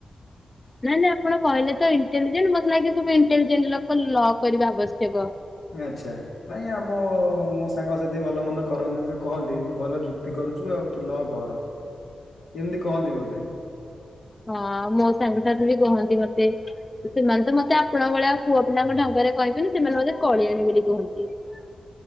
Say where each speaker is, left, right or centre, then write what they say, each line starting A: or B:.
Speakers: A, on the left (about 20°); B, on the left (about 65°).
A: ନାଇଁ ନାଇଁ ଆପଣ କହିଲେ ତ ଇଣ୍ଟେଲିଜେଣ୍ଟ ମତେ ଲାଗେ ସବୁ ଇଣ୍ଟେଲିଜେଣ୍ଟ ଲୋକ ଲ କରିବା ଆବଶ୍ୟକ।
B: ଆଚ୍ଛା ନାଇଁ ଆମ ମୋ ସାଙ୍ଗସାଥି ଭଲ ମନ୍ଦ କରନ୍ତି ତ କହନ୍ତି ତୁ ଭଲ ଯୁକ୍ତି କର କରଛୁ ଆଉ ତୁ ଲ କର। ଏମିତି କହନ୍ତି ମତେ
A: ହଁ ମୋ ସାଙ୍ଗଠାରୁ ବି କୁହନ୍ତିୁ। ମତେ ସେମାନେ ତ ମତେ ଆପଣ ଭଳିଆ ଆଉ ପୁଅ ପିଲାଙ୍କ ଢଙ୍ଗରେ କହିବେନି ସେମାନେ ମତେ କଳିଆଣୀ ବୋଲି କୁହନ୍ତି। ହ